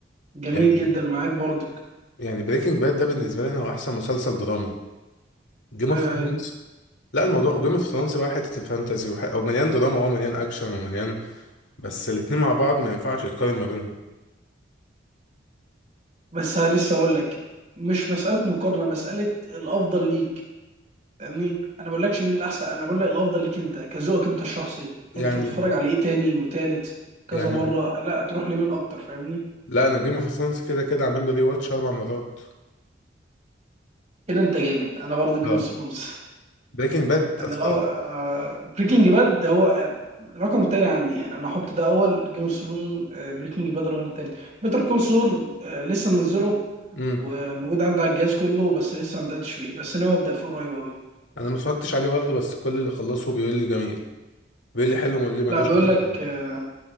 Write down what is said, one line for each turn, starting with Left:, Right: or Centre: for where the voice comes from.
Right: جميل
Left: يعني
Right: جدا معاك برضك
Left: يعني بريكنج باد ده بالنسبه لنا هو احسن مسلسل درامي جيم اوف
Right: ايوه
Left: ثرونز
Right: ايوه
Left: لا الموضوع جيم اوف ثرونز بقى حته الفانتازي وح... او مليان دراما او مليان اكشن ومليان بس الاثنين مع بعض ما ينفعش يتقارن ما بينهم
Right: بس ها لسه اقول لك مش مساله مقارنه مساله الافضل ليك يعني انا ما بقولكش مين الاحسن انا بقول لك الافضل ليك انت كذوقك انت الشخصي
Left: يعني
Right: انت تتفرج على ايه تاني وتالت كذا
Left: يعني
Right: مره لا تروح لمين اكتر فاهمني
Left: لا انا جيم اوف ثرونز كده كده عمل له ري واتش اربع مرات
Right: كده انت جامد انا برضه جيم
Left: اه
Right: اوف ثرونز
Left: بريكنج باد
Right: يعني
Left: اتفرج
Right: لو بريكنج باد هو آه، رقم تاني عندي يعني انا احط ده اول جيم اوف ثرون بريكنج باد رقم تاني بيتر كول سول لسه منزله
Left: امم
Right: وموجود عندي على الجهاز كله بس لسه ما بداتش فيه بس انا ابدا فيه قريب قوي
Left: انا ما اتفرجتش عليه برضه بس كل اللي خلصه بيقول لي جميل بيقول لي حلو وما ليه ملوش
Right: لا بيقول
Left: علاقة.
Right: لك آه،